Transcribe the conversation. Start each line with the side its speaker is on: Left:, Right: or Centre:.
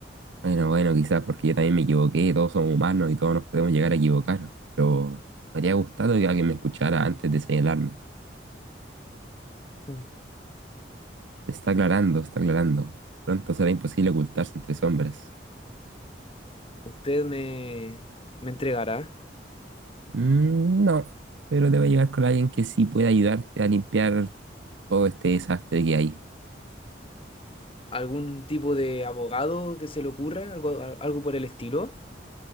Right: bueno, bueno, quizás porque yo también me equivoqué, todos somos humanos y todos nos podemos llegar a equivocar, pero me habría gustado que alguien me escuchara antes de señalarme.
Left: Mm.
Right: Está aclarando, está aclarando. Pronto será imposible ocultarse entre sombras.
Left: ¿Usted me, me entregará
Right: Mm, no, pero te voy a llevar con alguien que sí pueda ayudarte a limpiar todo este desastre que hay.
Left: algún tipo de abogado que se le ocurra, algo, al- algo por el estilo?